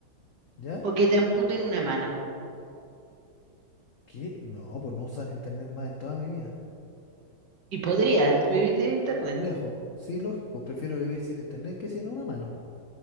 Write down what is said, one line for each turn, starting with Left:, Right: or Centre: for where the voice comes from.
Left: ¿Ya?
Right: o que te amputen una mano?
Left: ¿Qué? No, pues no usar internet más en toda mi vida.
Right: ¿Y podrías vivir sin internet?
Left: Lejos. Sí, lógico. Prefiero vivir sin internet que sin una mano.